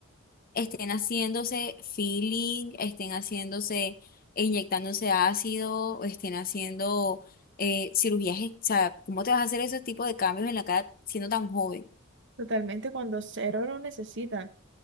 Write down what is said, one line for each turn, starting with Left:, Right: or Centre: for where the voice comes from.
Left: estén haciéndose feeling, estén haciéndose, e inyectándose ácido, o estén haciendo eh, cirugías. O sea, ¿cómo te vas a hacer esos tipos de cambios en la cara siendo tan joven?
Right: Totalmente cuando cero lo necesitan.